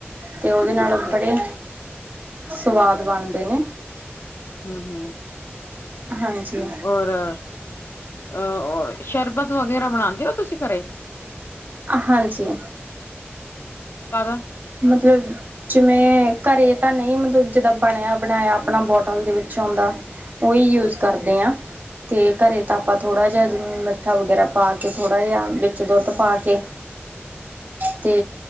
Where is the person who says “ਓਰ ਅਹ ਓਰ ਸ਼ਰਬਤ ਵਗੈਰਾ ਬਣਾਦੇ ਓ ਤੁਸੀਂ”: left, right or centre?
Left